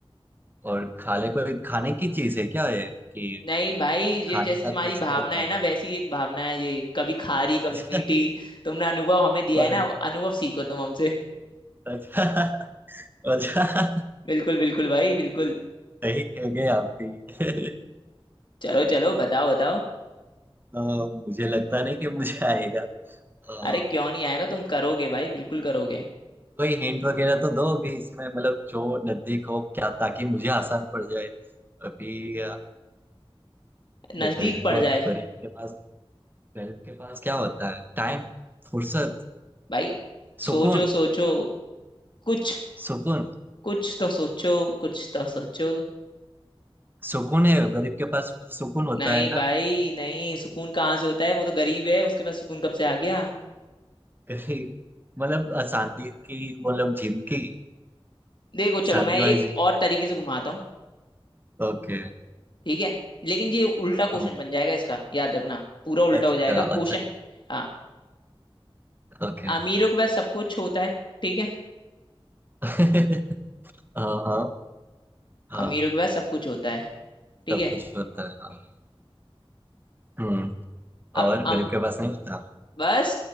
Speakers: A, on the right; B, on the left.
A: और खाने को खाने की चीज है क्या है कि
B: नहीं भाई
A: खाने
B: ये जैसी
A: का
B: तुम्हारी
A: तो ऐसे
B: भावना
A: ही बताया
B: है ना वैसी एक भावना है ये कभी खारी कभी
A: <laughs>
B: मीठी तुमने अनुभव हमें दिया
A: और
B: है ना
A: अच्छा
B: अब अनुभव सीखो तुम हमसे
A: अच्छा अच्छा
B: बिल्कुल बिल्कुल भाई बिल्कुल
A: सही कह गए आप भी <laughs>
B: चलो चलो बताओ बताओ
A: अ, मुझे लगता नहीं कि मुझे आएगा अ,
B: अरे क्यों नहीं आएगा तुम करोगे भाई बिल्कुल करोगे
A: कोई हिंट वगैरह तो दो अभी इसमें मतलब जो नजदीक हो क्या ताकि मुझे आसान पड़ जाए अभी अ,
B: नजदीक
A: गरीब
B: पड़
A: को
B: जाए
A: गरीब के पास गरीब के पास क्या होता है टाइम फुर्सत
B: भाई
A: सुकून
B: सोचो सोचो कुछ
A: सुकून
B: कुछ तो सोचो कुछ तो सोचो
A: सुकून है गरीब के पास सुकून होता
B: नहीं
A: है ना
B: भाई नहीं सुकून कहाँ से होता है वो तो गरीब है उसके पास सुकून कब से आ गया
A: कभी मतलब अशांति की मतलब जिंदगी
B: देखो चलो
A: शांति
B: मैं एक
A: वाली जिंदगी
B: और तरीके से घुमाता हूँ
A: ओके
B: ठीक है लेकिन ये उल्टा क्वेश्चन
A: हाँ
B: बन जाएगा इसका याद रखना पूरा उल्टा
A: अच्छा
B: हो जाएगा क्वेश्चन
A: अच्छा अच्छा
B: हाँ
A: ओके
B: अमीरों के पास सब कुछ होता है ठीक है
A: <laughs> हाँ हाँ हाँ
B: अमीरों के पास सब कुछ होता है ठीक
A: सब
B: है
A: कुछ होता है हाँ हम्म
B: अब
A: और
B: अम,
A: गरीब के पास नहीं होता
B: बस